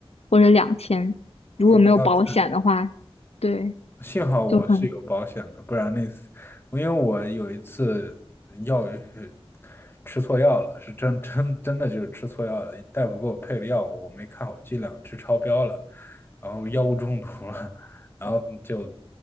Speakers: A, on the left; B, on the left.
A: 或者两千，
B: 哦，
A: 如果没有保险的话，
B: 那太离谱。
A: 对，
B: 幸好我是有保险的，
A: 就很
B: 不然那次，因为我有一次药呃吃错药了，是真真真的就是吃错药了，大夫给我配的药我没看好剂量，吃超标了，然后药物中毒了，然后就